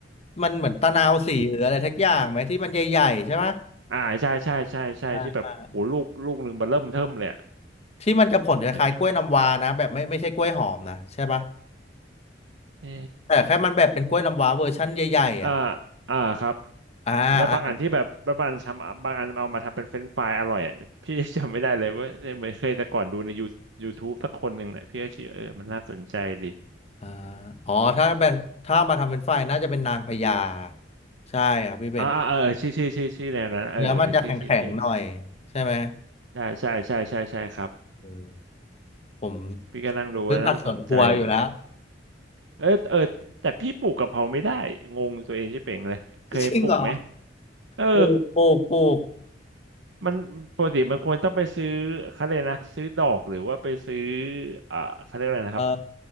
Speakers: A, on the left; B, on the right.
A: มันเหมือนตะนาวสีหรืออะไรทักอย่างไหมที่มันใหญ่ๆใช่ปะ
B: ที่อ่าใช่ใช่ใช่ใช่ที่แบบโอ้โหลูกลูกหนึ่งมบเริ่มเทิ่มเลยอะ
A: อ่า ที่มันจะผลคล้ายๆกล้วยน้ำว้านะแบบไม่ไม่ใช่กล้วยหอมนะใช่ปะ
B: เห็นเออ
A: แต่แค่มันแบบเป็นกล้วยน้ำว้าเวอร์ชั่นใหญ่ๆอ่ะ
B: อ่าอ่าครับ
A: อ่าอ่า
B: แล้วบางอันที่แบบบางอันทำบางอันเอามาทำเป็นเฟรนช์ฟรายอร่อยอ่ะ <laughs> พี่ <laughs> จำไม่ได้เลยว่าเหมือนเคยแต่ก่อนดูในยูยูทูบสักคนหนึ่งแหละพี่ก็คิดเออมันน่าสนใจดี
A: อ่าอ๋อถ้าเป็นถ้ามาทำเป็นไฟน่าจะเป็นนางพญาใช่ครับพี่เป็ด
B: อ่าอ่าเออชื่อชื่อชื่อชื่อแนวนั้นเออเออชื่อชื่อเท่
A: เนื้อมันจะแข็งๆหน่อยใช่ไหม
B: ใช่ใช่ใช่ใช่ใช่ครับ
A: เออผม
B: พี่ก็นั่งดูแลนั่งสนใจอยู่
A: ซื้อผักสวนครัวอยู่แล้ว
B: เออเออแต่พี่ปลูกกะเพราไม่ได้งงตัวเองใช่เป่งเลยเคยปลูกไหม
A: จริงเหรอ
B: เออ
A: ปลูกปลูกปลูก
B: มันปกติมันควรต้องไปซื้อเขาเลยกนะซื้อดอกหรือว่าไปซื้ออ่าเขาเรียกอะไรนะครับ
A: เอ่อ